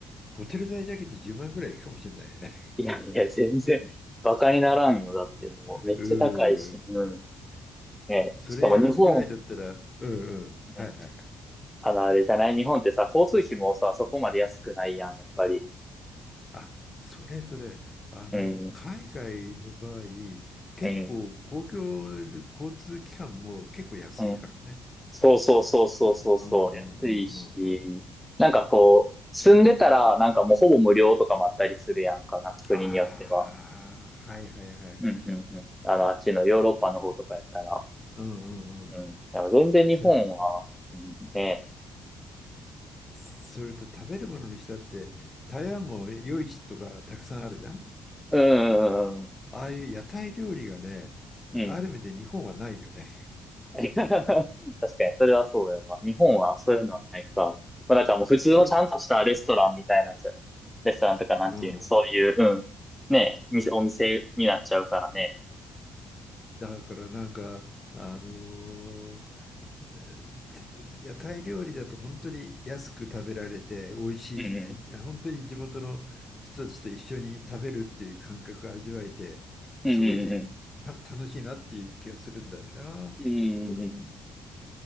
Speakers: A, on the left; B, in the centre.
A: ホテル代だけで10万ぐらいいくかもしれないよね。
B: いやいや、全然、バカにならんよ。だってもう、
A: <laughs>
B: めっちゃ高いし。
A: うーん。
B: うん。ねえ、
A: それやるくらいだったら、
B: しかも日本、
A: うんうん。はいはいはい。
B: うん。あの、あれじゃない日本ってさ、交通費もさ、そこまで安くないやん、やっぱり。
A: あ、それそれ、あの、
B: うん。
A: 海外の場合、結構公共交通機関も結構安いからね。
B: うん。うん。そうそうそうそうそうそう。
A: うんうんうんうんうん。
B: 安いし。なんかこう、住んでたら、なんかもうほぼ無料とかもあったりするやんか。なんか国によっては。
A: ああ、はいはいはいはい
B: うんうんうん。あの、あっちのヨーロッパの方とかやったら。
A: うんうんうん。
B: うん、やっぱ全然日本は
A: それ、
B: ね、
A: それと食べるものにしたって、台湾も夜市とかたくさんあるじゃん。
B: うんうんうん
A: ああいう屋台料理がね、
B: うん、うん、
A: ある意味で日本はないよね。
B: 確かにそれはそうよな。日本はそういうのないから、まだからもう普通のちゃんとしたレストランみたいなんじゃ、
A: <laughs> それ、
B: レストランとかなんていうそういううん、
A: うん。
B: ねお店お店になっちゃうからね、
A: だからなんか、あのーえー屋台料理だと本当に安く食べられて美味しい、
B: うん
A: え本当に地元の人たちと一緒に食べるっていう感覚を味わえて、
B: うんうんうん
A: すごいた楽しいなっていう気がするんだよな。
B: うんうんうん、